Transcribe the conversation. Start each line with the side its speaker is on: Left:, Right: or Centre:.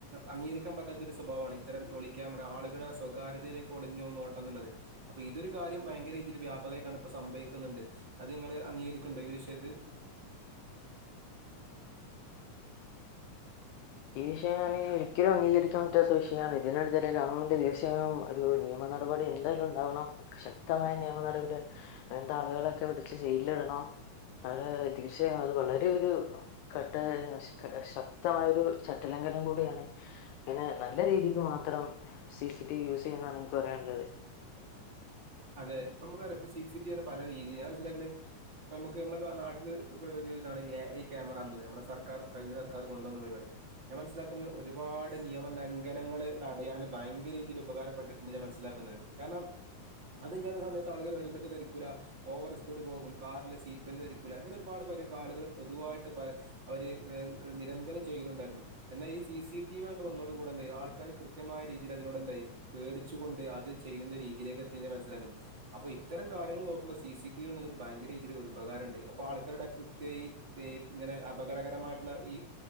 Right: അംഗീകരിക്കാൻ പറ്റാത്ത ഒരു സ്വഭാവാണ് ഇത്തരം ഒളി ക്യാമറ ആളുകളെ സ്വകാര്യതയിലേക്ക് ഒളിഞ്ഞു നോ ട്ടംന്ന്ള്ളത് അപ്പ ഇതൊരു കാര്യം ഭയങ്കരീതിൽ വ്യാപകയിട്ടാണ് ഇപ്പൊ സംഭവിക്കുന്നുണ്ട് അത് നിങ്ങള് അംഗീകരിക്ക്ണ്ടോ ഈ വിഷയത്ത്
Left: ഈ വിഷയം പറഞ്ഞയ്ഞ്ഞ ഒരിക്കലും അഗീകരിക്കാൻ പറ്റാത്ത വിഷയാണ് ഇതിനെതിരെ ഗവൺമെന്റ് തീർച്ചയും ഒരു നിയമ നടപടി എന്തായാലും ഇണ്ടാവണം ശക്തമായ നിയമ നടപടി അങ്ങനത്തെ ആളുകളൊക്കെ പിടിച്ച് ചെയിലിടണം നള് തീർച്ചയായും അത് വളരെ ഒരു ഘട്ട അസ് ശക്തമായൊ ഒരു ചട്ടലംഘനം കൂടിയാണ് അങ്ങനെ നല്ല രീതിൽ മാത്രം സിസി ടിവി യൂസ് ചെയ്യന്നാണ് എനിക്ക് പറയാനുള്ളത്
Right: അതെ ഇപ്പൊ നമ്മുക്കറിയ ഇപ്പ സി സ ടി വിയണ് പല രീതി ഞാൻ മനസിലാക്ണ് ഇപ്പൊ നമുക്ക് നമ്മള നാട്ടില് വല്ല ഇതാണ് എ ഐ ക്യാമറ എന്നത് നമ്മളെ സർക്കാർ കഴിഞ്ഞ സർക്കാർ കൊണ്ടുവന്ന പരിപാടി ഞാൻ മനസ്സിലാക്കുന്ന ഒരുപാട് നിയമ ലംഘനങ്ങള് തടയാൻ ഭയങ്കര രീതിയിൽ ഉപകാരപ്പെട്ടിട്ടുണ്ട് ഞാൻ മനസിലാക്കുന്നത് കാരണം അതില്ലാത്ത സമയത്ത് ആളുകൾ ഹെൽമെറ്റ് ധരിക്കൂല്ല ഓവർ സ്പീഡ് പോകും കാറിലെ സീറ്റ് ബെൽറ്റ് ധരിക്കൂല അങ്ങനെ ഒരുപാട് ആളുകൾ പൊതുവായിട്ട് ബ അവര് ഹെ നിരന്തരം ചെയ്യുന്നുണ്ടായിരുന്നു എന്നാ ഈ സി സി ടി വി അങ്ങട്ട് വന്നതോട് കൂടന്തയ ആൾ ക്കാർ കൃത്യമായ രീതിയിൽ അതിനോടന്തായി പേടിച്ചുകൊണ്ട് അത് ചെയ്യുന്ന രീതിയിലേക്ക് എത്തിന് മനസ്സിലാക്കൻ അപ്പൊ ഇത്തരം കാര്യങ്ങള് നോക്കുമ്പോ സി സി ടി വി എന്നുള്ളത് ഭയങ്കര രീതിയിൽ ഒരു ഉപകാര ഇണ്ട് അപ്പൊ ആൾക്കാരുടെ കൃത്യഈ ഇപ്പ ഈ ഇങ്ങനെ അപകടകരമായിട്ടുള്ള ഈ